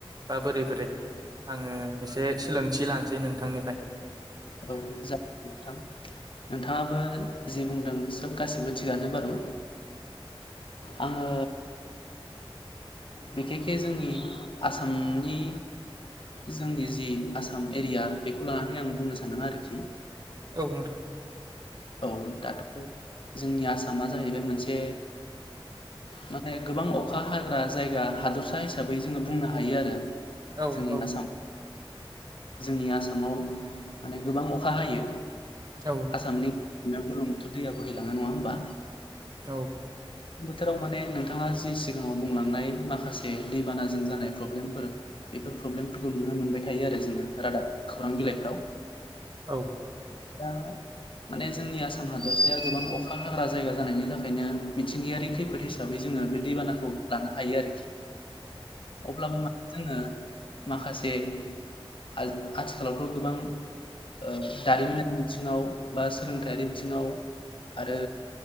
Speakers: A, on the right; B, on the left.
A: बा बोरै बोरै आङो एसे सोलोंथि लानोसै नोंथांनिफाय।
B: औ जा नोंथां नोंथाङाबो जि बुंदों सोब गासिबो थिगानो बारु आङो बेखेखे जोंनि आसामनि जोंनि जि आसाम एरिया बेखौ लानानै आं बुंनो सा सानदों आरोखि।
A: औ नोंथां
B: औ दाथ' जोंनि आसामा जाहैबाय मोनसे माने गोबां अखा हाग्रा जायगा हादरसा हिसाबै जोङो बुंनो हायो आरो
A: औ
B: जोंनि
A: औ
B: आसाम जोंनि आसामाव माने गोबां अखा हायो।
A: औ
B: आसामनि <unintelligible> दैया बो हैैलाङो नङा ओमबा
A: औ
B: बोथोराव माने नोंथाङा जि सिगाङाव बुंलांनाय माखासे दैबानाजों जानाय प्रब्लेमफोर बेफोर प्रब्लेमफोरखौ नुनो मोनबाय थायो आरो जोङो रादाब खौरां बिलाइफ्राव।
A: औ
B: दा माने जोंनि आसाम हादोरसाया गोबां अखा हाग्रा जायगा जानायनि थाखायनो मिथिंगायारि खैफोद हिसाबै जोङो दै बानाखौ लानो हायो आरोखि। अब्लाबो मा जोङो माखासे आ आथिखालावथ' गोबां ओ दारिमिनारि बिथिङाव बा सोलोंथायारि बिथिङाव आरो